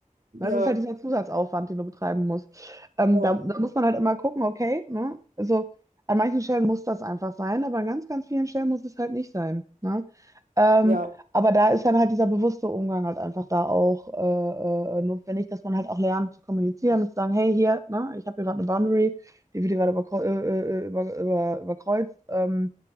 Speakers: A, on the right (about 85°); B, on the right (about 25°).
A: ja,
B: Ne, Es ist halt dieser Zusatzaufwand, den du betreiben musst. Ähm,
A: ja,
B: da, da muss man halt immer gucken, okay, ne? Also an manchen Stellen muss das einfach sein, aber an ganz, ganz vielen Stellen muss es halt nicht sein. Ne? Ähm,
A: ja.
B: aber da ist dann halt dieser bewusste Umgang halt einfach da auch äh, äh, äh, notwendig, dass man halt auch lernt zu kommunizieren und zu sagen, hey, hier, ne, ich habe hier gerade eine Boundary, die wird hier gerade überkreu äh, äh, äh, über, über, überkreuzt. Ähm,